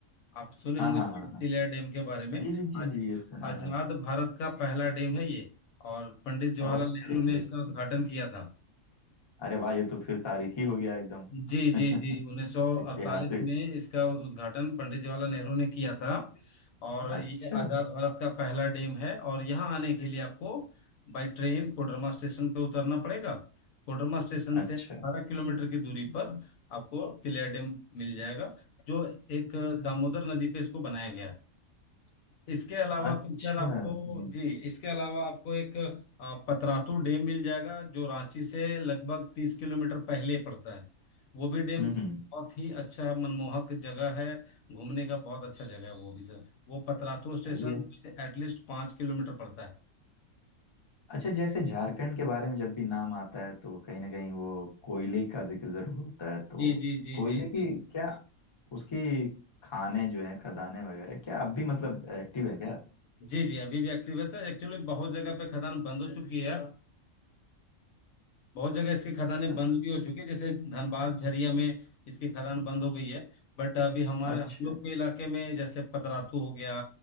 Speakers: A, on the left; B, on the left.
A: आप सुने
B: हाँ
A: होंगे
B: हाँ
A: तो
B: हाँ हाँ
A: तिलिया डैम के बारे में
B: जी जी जी
A: आज
B: जी ये सुना
A: आजाद
B: है
A: भारत का पहला डैम है ये और पंडित जवाहरलाल
B: ओके
A: नेहरू ने इसका उद्घाटन किया था
B: अरे वाह ये तो फिर तारीखी हो गया एकदम
A: जी
B: <laughs>
A: जी जी 1948
B: ऐतिहासिक
A: में इसका उद्घाटन पंडित जवाहरलाल नेहरू ने किया था और
B: अच्छा
A: ये आजाद भारत का पहला डैम है और यहाँ आने के लिए आपको बाई ट्रेन कोडरमा स्टेशन पे उतरना पड़ेगा कोडरमा स्टेशन
B: अच्छा
A: से 18 किलोमीटर की दूरी पर आपको तिलिया डैम मिल जाएगा जो एक दामोदर नदी पे इसको बनाया गया है इसके अलावा
B: अच्छा
A: फिर सर आपको
B: हम्म
A: जी इसके अलावा आपको एक अ, पतरातू डैम मिल जाएगा जो रांची से लगभग तीस किलोमीटर पहले पड़ता है वो भी डैम
B: हम्म
A: बहुत
B: हम्म,
A: ही अच्छा मनमोहक जगह है घूमने का बहुत अच्छा जगह है वो भी सर वो पतरातू स्टेशन
B: सही है
A: से एटलीस्ट पाँच किलोमीटर पड़ता है
B: अच्छा जैसे झारखंड के बारे में जब भी नाम आता है तो कहीं ना कहीं वो कोयले का जिक्र जरूर होता है तो
A: जी जी जी
B: कोयले
A: जी जी
B: की क्या उसकी खाने जो है खदानें वगैरह क्या अब भी मतलब एक्टिव है क्या
A: जी जी अभी भी एक्टिव है सर एक्चुअली बहुत जगह पे खदान बंद हो चुकी है बहुत जगह इसकी खदानें
B: अ-
A: बंद भी हो चुकी है जैसे धनबाद झरिया में इसकी खदान बंद हो गई है बट अभी हमारे
B: अच्छा
A: हम लोग के इलाके में जैसे पतरातू हो गया